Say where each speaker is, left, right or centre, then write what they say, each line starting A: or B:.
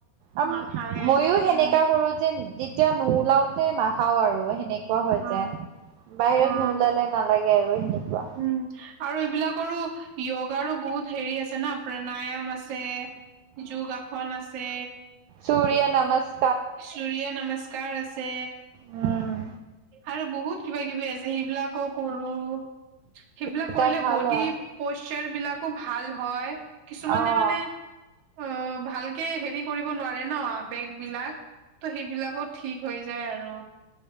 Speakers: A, on the right; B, on the right.
A: অম
B: নাখাওৱে
A: মইও সেনেকা
B: উম
A: কৰো যে যেতিয়া নো ও লাওতে না খাও আৰু সেনেকুৱা হৈ
B: অ
A: যায়, বাহিৰত
B: অ
A: নোওলালে নালাগে আৰু এ সেনেকুৱা।
B: উম আৰু এইবিলাকৰো য়োগাৰো বহুত হেৰি আছে না প্ৰাণায়াম আছে যোগাসন আছে
A: সুৰয় নমস।
B: সূৰয় নমস্কাৰ আছে।
A: উম,
B: আৰু বহুত কিবা কিবি আছে সেইবিলাকো কৰো। সেইবিলাক
A: তেতিয়া
B: কৰিলে
A: ভাল
B: বডি
A: হয়।
B: প'চাৰ বিলাকো ভাল হয় কিছুমানে
A: অ',
B: মানে অ' ভালকে হেৰি কৰিব নোৱাৰে ন', বেগ বিলাক। ত' সেইবিলাকো ঠিক হৈ যায় আৰু।